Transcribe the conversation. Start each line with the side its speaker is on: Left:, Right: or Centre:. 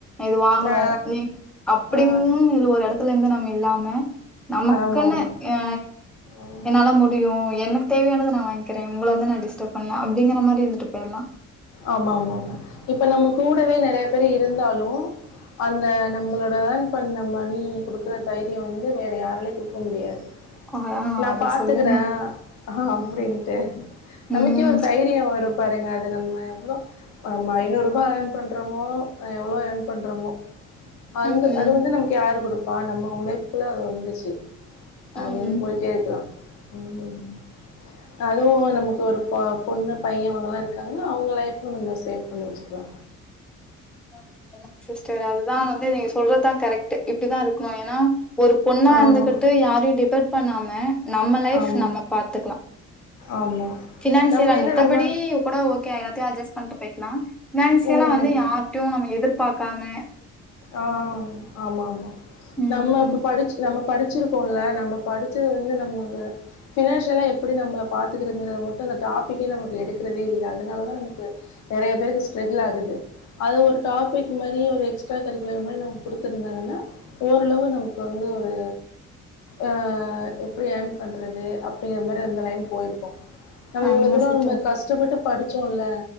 Centre: இது வாங்கணு
Left: ஆ
Centre: நீ அப்டின்னு
Left: ஆ
Centre: இது ஒரு இடத்துல இருந்து நம்ம இல்லாம நமக்குன்னு
Left: ஆமா ஆமா
Centre: ஏ
Left: ஆமா
Centre: என்னால முடியு எனக்கு தேவயானத நான் வாங்கிக்கிறே உங்கள வந்து நா டிஸ் டர்ப் பண்ணல அப்டிங்கிற மாரி இருந்துட்டு போயில்லா
Left: ஆமா ஆமா ஆமா இப்ப நம்ம கூடவே நெறைய பேர் இருந்தாலு அந்த நம்மளோட ஆர்ன் பண்ண மணி கொடுக்குற தைரியம் வந்து வேற யாராலயு குடுக்க முடியாது
Centre: ஆ
Left: நான்
Centre: அத
Left: பாத்துக்கற
Centre: சொல்லுங்க
Left: அப்டின்ட்டு நமக்கே
Centre: ம்
Left: ஒரு தைரியோ வரும் பாருங்க அது நம்ம எவ்ளோ நம்ம ஐநூற் ருபா எர்ன் பண்றோமோ எவ்ளோ எர்ன் பண்றமோ அந்து
Centre: ம் ம்
Left: அது வந்து நமக்கு யாரு கொடுப் பா நம்ம உழைப்புல அது வந்துச்சு
Centre: ம்
Left: அப்டின்னு போயிட்டே இருக்கலா ம் அதுவு நமக்கு ஒரு பொண்ணு பையன் அவங்கல்லா இருக்காங்க ன்னா அவுங்க லைஃப்பு நம்ம சேவ் பண்ணி வச்சுக்கலா
Centre: <inaudible> சிஸ்டர் அதுதா வந்து நீங்க சொல்றத்தா கரெக்ட் இப்டித்தான் இருக்கணு ஏன்னா ஒரு பொண்ணா இருந்துகிட்
Left: ஆமா,
Centre: யாரையும் டிபர் பண்ணாம நம்ம லைப்
Left: ஆமா,
Centre: நம்ம பாத்துக்கலா
Left: ஆமா.
Centre: பினான்சியர்
Left: நம்ம
Centre: அஹ
Left: ஏன்னா
Centre: மித்தபடி
Left: நம்ம
Centre: கூட ஓகே எல்லாத்தையும் அட்ஜஸ்ட் பண்ணிட்டு போயிக்கலா பினான்சில
Left: ம்.
Centre: வந்து யார்டயும் நம்ம எதிர்பாக்காம
Left: ஆ ஆமா ஆமா
Centre: ம்
Left: நம்ம இப்ப படிச்ச நம்ம படிச்சிருக்கோம்ல நம்ம படிச்சது வந்து நம்ம பினான்சியலா எப்படி நம்மளை பாத்துக்கறங்கிறது மட்டும் அந்த டாபிக்கே நமக்கு எடுக்கிறதே இல்லை அதனாலதா நமக்கு நிறய பேருக்கு ஸ்டரகுள் ஆகுது அது ஒரு டாபிக் மாரி ஒரு எக்ஸ்ட்ரா கரிக்குலர் மாதிரி நமக்கு குடுத்துருந்தாங்கன்னா ஓரளவு நமக்கு வந்து ஒரு ஆ எப்படி ஏர்ன் பண்றது அப்படிங்கிற மாரி அந்த லைன் போயிருப்போ நம்ம
Centre: ஆமா
Left: இவ்வளவு தூர
Centre: சிஸ்டர்
Left: நம்ம கஷ்டப்பட்டு படிச்சோல